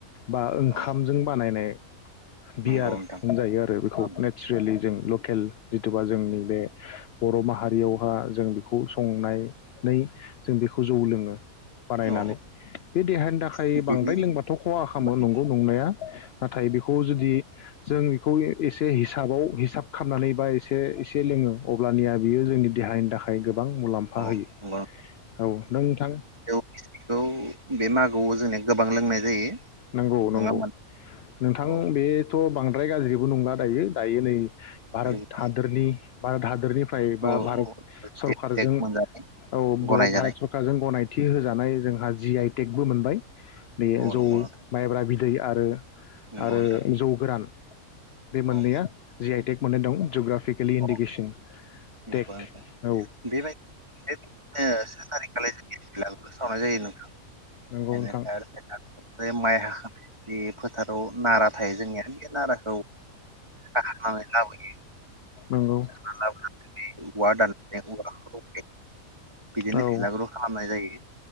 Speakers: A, on the left; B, on the right.
A: बा ओंखामजों
B: औ
A: बानायनाय, बियार
B: नंगौ नोंथां
A: होनजायो आरो बेखौ
B: औ
A: नेचुरेलि जों लकेल जिथुबा जोंनि बे, बर' माहारियावहा जों बेखौ संनायनै जों बेखौ जौ लोंङो। बानायनानै
B: औ
A: बे देहानि थाखाय
B: औ बिदि
A: बांद्राय लोंबाथ' खहा खालामो
B: औ
A: नंगौ नंनाया नाथाय बेखौ जुदि जों बेखौ एसे हिसाबाव हिसाब खालामनानै बा एसे-एसे लोंङो अब्लानिया बियो जोंनि देहानि थाखाय गो बां मुलाम्फा
B: नंगौ
A: होयो औ नों नोंथां,
B: खौ बे मागोआव <unintelligible> जायो
A: नंगौ
B: नङा
A: नंगौ नोंथां
B: होमबा
A: बे, थ' बांद्राय गाज्रिबो नंला दायो, दायो नै भारत
B: नोंथां?
A: हादोरनि, भारत हादोरनि, निफ्राय बा
B: औ
A: भारत
B: औ
A: सरखारजों
B: जेग जेग मोनजानाय
A: औ
B: गनायजानाय
A: भारत सरखारजों गनाय, थि होजानाय जोंहा जि आइ टेकबो मोनबाय, बेयो
B: औ
A: जौ
B: नंगौ नोंथां
A: माइब्रा बि दै आरो
B: नंगौ
A: आरो
B: नोंथां
A: जौ गोरान, बे मोननैया
B: औ
A: जि आइटेक, मोननाय दं जग्राफ केलि इनडेकेसन
B: औ नंगौ
A: टेग
B: नोंथां
A: औ
B: बेबायदिनो <unintelligible> <unintelligible>
A: नंगौ नोंथां
B: बे माइ हाखांनाय बे फोथाराव नारा थायो जोंनिया बे नाराखौ हानानै लाबोयो
A: नंगौ
B: हानानै लाबोखांनानै औवा दाननानै औवाखौ बिदिनो
A: औ
B: भिलागुरबो खालामनाय जायो